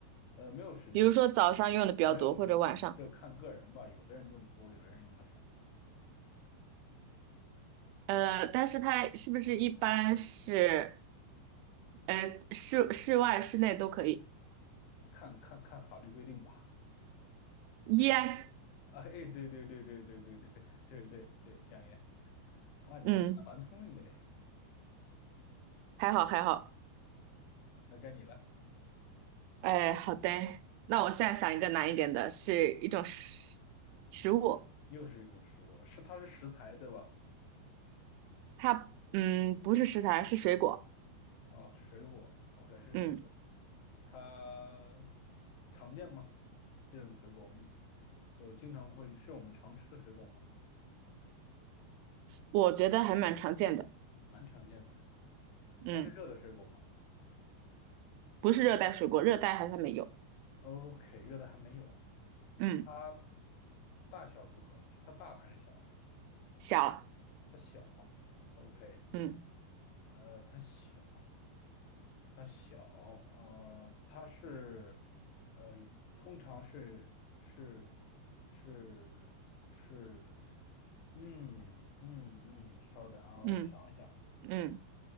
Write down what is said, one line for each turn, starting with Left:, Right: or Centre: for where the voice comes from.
Left: 呃，没有时间限制，
Right: 比如说早上用的比较多，
Left: 没有没有没有，
Right: 或者晚上。
Left: 就看个人吧，有的人用的多，有的人用的少，
Right: 呃，但是它是不是一般是呃室室外室内都可以？
Left: 嗯看看看法律规定吧。
Right: 烟，
Left: <laughs> 啊，哎，对对对对对对对对对对，香烟，哇，你真的蛮聪明的，
Right: 嗯，
Left: 哎
Right: 还好还好。
Left: 那该你了，
Right: 哎，好的，那我现在想一个难一点的，是一种食食物，
Left: 又是一个食物，是它是食材对吧？
Right: 它嗯不是食材，是水果，
Left: 哦，水果，OK，是水果，
Right: 嗯，
Left: 它常见吗？这种水果我们就经常会，是我们常吃的水果吗？
Right: 我觉得还蛮常见的，
Left: 蛮常见的。它是热的水果吗
Right: 嗯，不是热带水果，热带好像没有，
Left: ？OK，热的还没有。
Right: 嗯，
Left: 它大小如何？它大还是小？
Right: 小，
Left: 它小。OK，
Right: 嗯
Left: 呃，它小。它小，呃，它是，呃，通常是是是是，嗯嗯嗯，稍等啊，我想一想，
Right: 嗯嗯